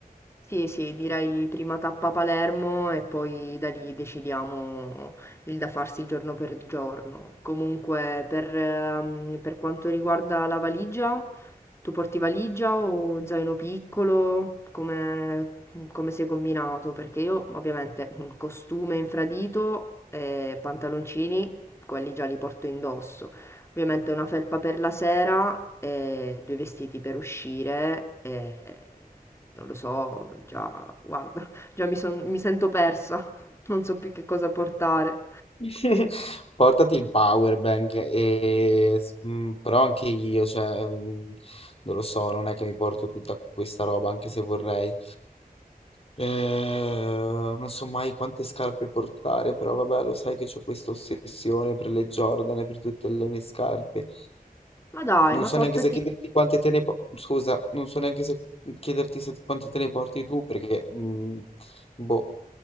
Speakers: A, on the left (about 15°); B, on the left (about 40°).
A: Sì, sì, direi prima tappa Palermo e poi da lì decidiamo il da farsi giorno per giorno. Comunque, per, ehm, per quanto riguarda la valigia, tu porti valigia o zaino piccolo? Come, come sei combinato? Perché io ovviamente mm, costume infradito e pantaloncini, quelli già li porto indosso. Ovviamente una felpa per la sera e due vestiti per uscire e non lo so, già, guarda, già mi, son- mi sento persa, non so più che cosa portare.
B: <laughs> Portati il power bank, e, s- mm, però anche io, cioè, mm, non lo so, non è che mi porto tutta questa roba, anche se vorrei. Eh, non so mai quante scarpe portare, però vabbè, lo sai che ho questa ossessione per le Jordan e per tutte le mie scarpe.
A: Ma dai,
B: Non
A: ma
B: so
A: portati,
B: neanche se chiederti quante te ne po- scusa, non so neanche se chiederti se- quante te ne porti tu, perché, mm, boh,